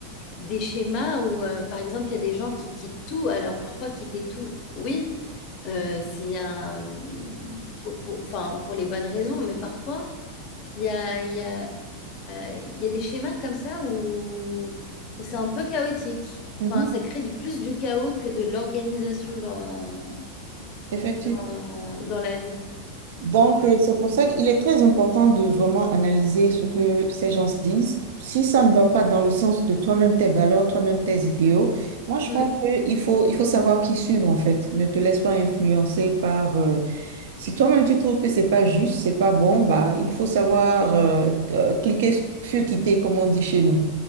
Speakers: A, on the left; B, on the right.
A: des schémas où, euh, par exemple, il y a des gens qui quittent tout. Alors, parfois, quitter tout, oui, euh, c'est un... pour, pour- enfin, pour les bonnes raisons, mais parfois, il y a, il y a, euh, il y a des schémas comme ça où, où c'est un peu chaotique.
B: Mhm.
A: Enfin, ça crée du plus du chaos que de l'organisation dans,
B: Effectivement.
A: dans, dans la vie,
B: Donc,
A: je
B: euh, c'est
A: trouve.
B: pour ça qu'il est très important de vraiment analyser ce que ces gens se disent. Si ça ne va pas dans le sens de toi-même, tes valeurs, toi-même, tes idéaux, moi, je
A: Hmm,
B: pense qu'il faut, il faut savoir qui suivre, en fait. Ne te laisse pas influencer par... euh, si toi-même, tu trouves que c'est pas juste, c'est pas bon, bah, il faut savoir euh, euh, cliquer sur quitter, comme on dit chez nous.